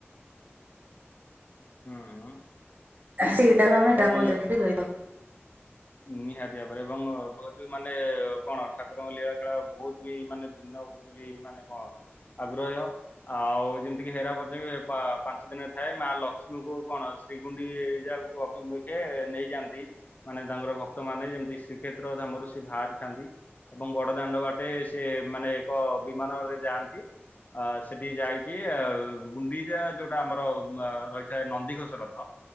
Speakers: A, on the left; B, on the right.
A: ହୁଁ ହୁଁ
B: ସେଇଟା କୁ ହେରାପଞ୍ଚମୀ
A: ଏବଂ
B: କହିଥାଉ।
A: ନିହାତି ଭାବରେ ଏବଂ ବହୁତ ମାନେ କଣ ଠାକୁରଙ୍କ ଲୀଳା ଖେଳା ବହୁତ ବି ମାନେ ଭିନ୍ନ ବୀ ମାନେ କଣ ଆଗ୍ରହ୍ୟ ଆଉ ଯେମିତି ହେରାପାଞ୍ଚମି ଦିନ ଥାଏ ମା ଲକ୍ଷ୍ମୀଙ୍କୁ କଣ ଶ୍ରୀଗୁଣ୍ଡିଚା ଅଭିମୁଖେ ନେଇଯାଆନ୍ତି। ମାନେ ତାଙ୍କର ଭକ୍ତମାନେ ଯେମିତି ଶ୍ରୀକ୍ଷେତ୍ର ଧାମରୁ ସେ ବାହାରିଥାନ୍ତି। ଏବଂ ବଡ ଦାଣ୍ଡ ବାଟେ ସେ ମାନେ ଏକ ବିମାନରେ ଯାଆନ୍ତି। ଅ ସେଠି ଯାଇକି ଗୁଣ୍ଡିଚା ଯୋଉଟା ଆମର ରହିଥାଏ ନନ୍ଦିଘୋଷ ରଥ